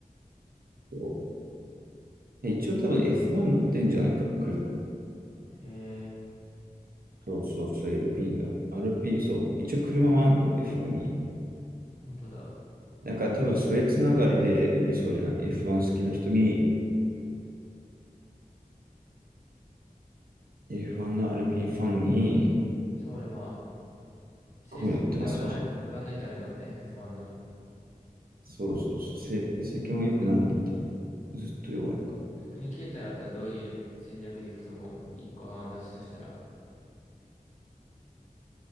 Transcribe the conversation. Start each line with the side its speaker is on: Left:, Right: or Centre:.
Right: そう一応多分 F1 持ってるんじゃないかな、車。
Left: へえ、
Right: そうそうそう、LP の。RP、そう。一応車もあんの、F1 に。
Left: 本当だ。
Right: だから多分それつながりで売れそうじゃない。F1 好きな人に、F1 の RP ファンに、
Left: そうね、まあ、成績上がらない、
Right: こういうの売ってますわ。
Left: 上がんないためだもんね、F1 の。
Right: そうそうそう、成績も良くないもんね、多分。ずっと弱いから。
Left: 逆にケイタだったらどういう戦略でいくと思う一個案を出すとしたら。